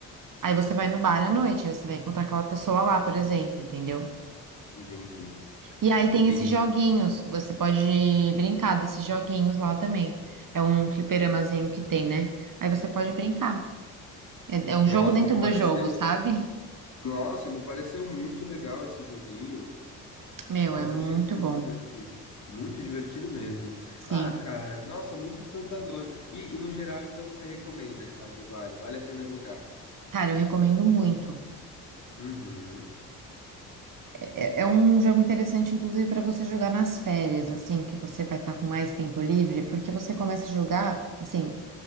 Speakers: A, on the right; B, on the left.
A: aí você vai no bar à noite, aí você vai encontrar aquela pessoa lá, por exemplo, entendeu?
B: entendi,
A: E aí tem
B: entendi.
A: esses joguinhos, você pode brincar desses joguinhos lá também. É um fliperamazinho que tem, né? Aí você pode brincar. É, é um
B: Nossa,
A: jogo dentro
B: me pareceu,
A: do jogo, sabe?
B: nossa, me pareceu muito legal esse joguinho.
A: Meu,
B: Nossa,
A: é muito
B: achei muito
A: bom.
B: divertido, muito divertido mesmo.
A: Sim.
B: Ah, cara, nossa, muito encantador. E, e no geral, então você recomenda Stardew Valley? Vale a pena jogar?
A: Cara, eu recomendo muito.
B: Uhum,
A: É um jogo interessante, inclusive, para você jogar nas férias, assim, que você vai estar com mais tempo livre, porque você começa a jogar, assim,